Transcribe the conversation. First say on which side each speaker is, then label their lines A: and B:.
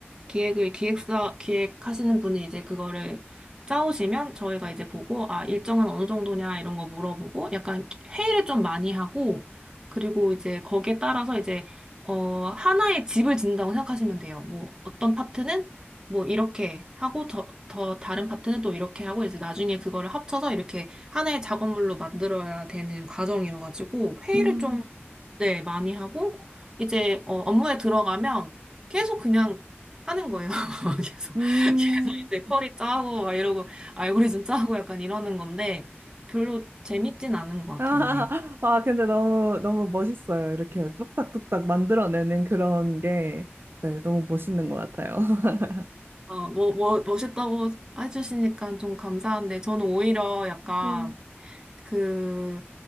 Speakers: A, on the right; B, on the right.
A: 기획을, 기획사, 기획하시는 분이 이제 그거를 짜오시면 저희가 이제 보고, 아, 일정은 어느 정도냐 이런 거 물어보고, 약간 회의를 좀 많이 하고, 그리고 이제 거기에 따라서 이제, 어, 하나의 집을 짓는다고 생각하시면 돼요. 뭐, 어떤 파트는 뭐 이렇게 하고, 더, 더 다른 파트는 또 이렇게 하고, 이제 나중에 그거를 합쳐서 이렇게 하나의 작업물로 만들어야 되는 과정이어가지고, 회의를
B: 음,
A: 좀 네, 많이 하고, 이제, 어, 업무에 들어가면 계속 그냥 하는 거예요. <laughs> 계속,
B: 음.
A: 계속 이제 쿼리 짜고, 막 이러고, 알고리즘 짜고 약간 이러는 건데, 별로 재밌진 않은
B: <laughs>
A: 것 같아요,
B: 아,
A: 네.
B: 아, 근데 너무, 너무 멋있어요. 이렇게 뚝딱뚝딱 만들어내는 그런 게, 네, 너무 멋있는 것 같아요. <laughs>
A: 어, 뭐, 뭐, 멋있다고 해주시니까 좀 감사한데, 저는 오히려 약간
B: 음.
A: 그,